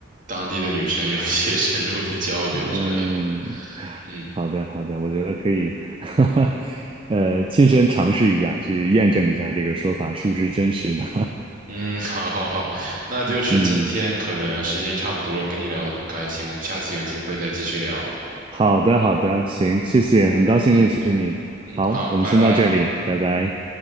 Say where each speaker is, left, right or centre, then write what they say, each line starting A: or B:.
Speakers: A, on the right; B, on the right.
A: 当地的女生有一些 <laughs> 深入的交流之类的。
B: 嗯，
A: 嗯
B: 好的好的，我觉得可以，<laughs> 呃，亲身尝试一下，去验证一下这个说法是不是真实的。
A: 嗯，好好好，那就是今天可能时间差不多了，
B: <laughs> 嗯，
A: 跟你聊得很开心，我们下次有机会再继续聊。
B: 好的好的，行，谢谢，很高兴认识你。
A: 嗯嗯，
B: 好，
A: 好，
B: 我们先到这里，
A: 拜拜。
B: 拜拜。